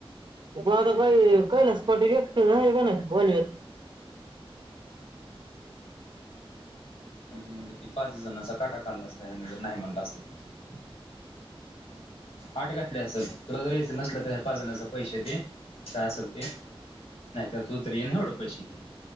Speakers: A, on the right; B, on the left.
A: मता काही कैलास पाटील एकटे <unintelligible> कोण बोल
B: मला ते पाच जणांचा काटा काढला असता ह्यान जर नाही म्हणलं असत तर, आठ घातली असल तुला जर यायचं नसल तर ह्या पाच जणाचे पैसे दे काय असेल ते नाहीतर तुतर येन एवढं पैशे घे.